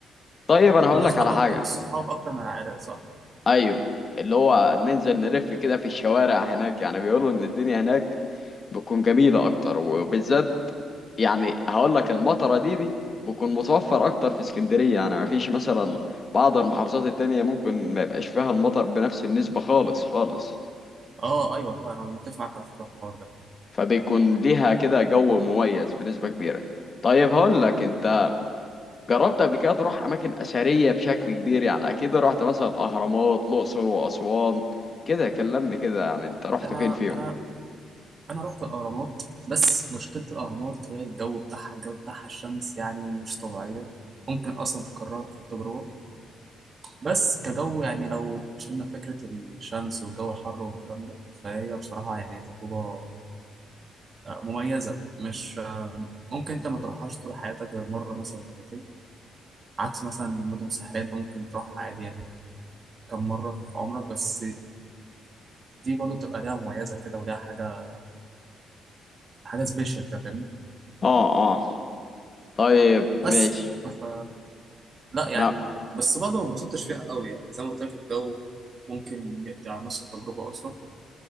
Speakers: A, on the left; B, on the right.
A: طيب انا هقول
B: مناسبة
A: لك على
B: اكتر
A: حاجه
B: للصحاب اكتر من العائلات صح
A: ايوه اللي هو ننزل نلف كده في الشوارع هناك يعني بيقولوا ان الدنيا هناك بتكون جميلة اكتر وبالذات يعني هقول لك المطرة دي دي بتكون متوفر اكتر في اسكندرية يعني ما فيش مثلا بعض المحافظات التانية ممكن ما يبقاش فيها المطر بنفس النسبة خالص خالص
B: اه ايوه فعلا انا متفق معاك على فكرة في الحوار ده
A: فبيكون ليها كده جو مميز بنسبة كبيرة طيب هقول لك انت جربت قبل كده تروح اماكن اثريه بشكل كبير يعني اكيد رحت مثلا الاهرامات الاقصر واسوان كده كلمني كده يعني انت رحت
B: انا
A: فين فيهم
B: انا انا رحت الاهرامات بس مشكلة الاهرامات هي الجو بتاعها الجو بتاعها الشمس يعني مش طبيعية ممكن اصلا تكرهك في التجربة بس كجو يعني لو شلنا فكرة الشمس والجو الحر والكلام ده فهي بصراحة يعني تجربة آه، مميزة مش آه، ممكن انت ما تروحهاش طول حياتك غير مرة مثلا مرتين عكس مثلا مدن ساحلية انت ممكن تروح عادي يعني كم مرة في عمرك بس دي برضه بتبقى ليها مميزة كده وليها حاجة حاجة سبيشال كده فاهمني
A: اه اه طيب
B: بس
A: ماشي
B: ف... لا يعني
A: انا
B: بس برضه ما انبسطتش فيها قوي يعني زي ما قلت لك الجو ممكن يقضي على نص التجربة أصلا